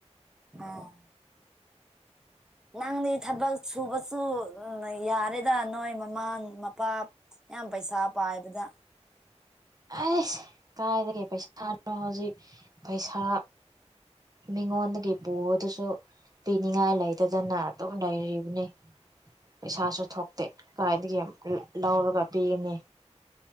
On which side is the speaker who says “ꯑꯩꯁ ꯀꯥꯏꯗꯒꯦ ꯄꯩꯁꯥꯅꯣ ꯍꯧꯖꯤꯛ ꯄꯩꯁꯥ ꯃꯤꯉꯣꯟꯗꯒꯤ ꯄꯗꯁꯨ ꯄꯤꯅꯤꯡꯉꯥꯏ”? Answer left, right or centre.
Right